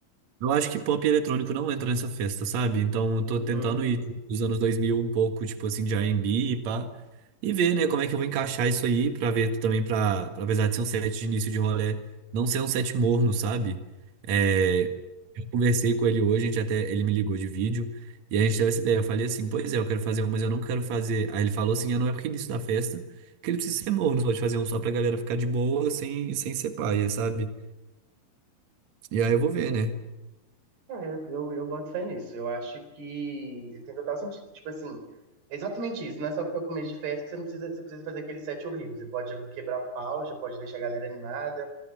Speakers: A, on the right; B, on the right.
A: Eu acho que pop e eletrônico não entra nessa festa, sabe? Então eu tô
B: Uhum.
A: tentando ir dos anos 2000 um pouco, tipo assim, de R&B e B e pá. E ver, né, como é que eu vou encaixar isso aí pra ver também, pra, pra apesar de ser um set de início de rolê, não ser um set morno, sabe? É, eu conversei com ele hoje, a gente até, ele me ligou de vídeo, e a gente teve essa ideia. Eu falei assim, pois é, eu quero fazer um, mas eu não quero fazer. Aí ele falou assim, ah, não é porque é início da festa, que ele precisa ser morno, você pode fazer um só pra galera ficar de boa, sem, sem ser paia, sabe? E aí eu vou ver,
B: Sim.
A: né?
B: É, eu, eu eu boto fé nisso. Eu acho que ele tem total sentido. Tipo assim, exatamente isso. Não é só porque é o começo de festa que você não precisa, você precisa fazer aquele set horrível. Você pode já quebrar um pau, já pode deixar a galera animada